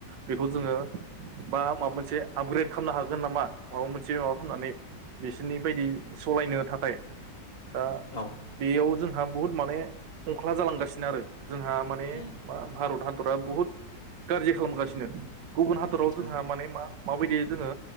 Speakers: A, on the right (about 80°); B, on the left (about 35°).
A: बेखौ जोंड़ो
B: उम
A: बा माबा मोनसे आपग्रेड खालामनो हागोन नामा? माबा मोनसे खालामनानै बिसोरनि बायदि सालायनो थाखाय दा
B: औ
A: बेयाव जों हा बुहुद माने खंख्ला जालांगासिनो आरो। जोंहा माने
B: उम
A: मा भारत हा क्टरा बुहुत गाज्रि खालामगासिनो। गुबुन हादराव जोंहा
B: नों
A: माने मा माबायदि जोङो